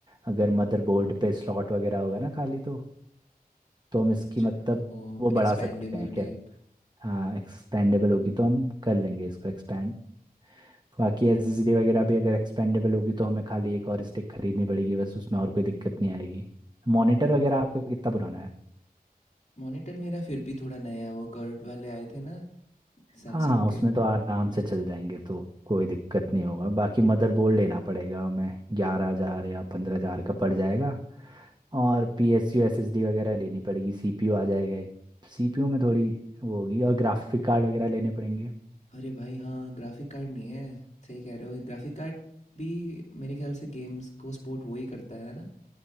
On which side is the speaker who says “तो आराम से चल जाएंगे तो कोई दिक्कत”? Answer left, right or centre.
Right